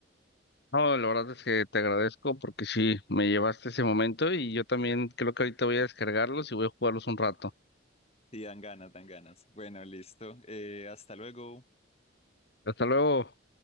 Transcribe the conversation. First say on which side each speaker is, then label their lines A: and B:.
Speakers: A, on the left; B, on the left.
A: No, la verdad es que te agradezco porque sí, me llevaste ese momento y yo también creo que ahorita voy a descargarlos y voy a jugarlos un rato.
B: Y dan ganas, dan ganas. Bueno, listo. Eh, hasta luego.
A: Hasta luego.